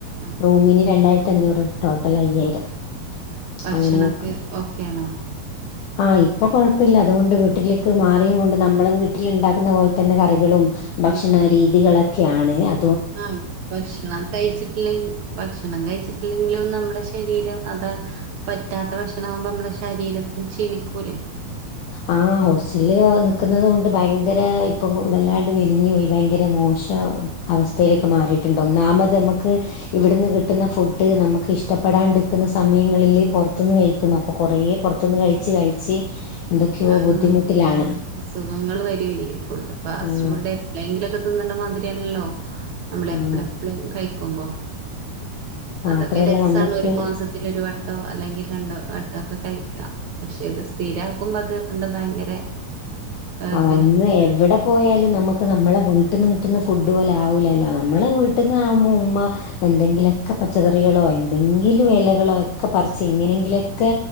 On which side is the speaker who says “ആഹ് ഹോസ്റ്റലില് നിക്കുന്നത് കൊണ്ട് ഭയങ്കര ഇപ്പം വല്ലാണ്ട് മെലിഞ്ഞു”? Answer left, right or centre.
Left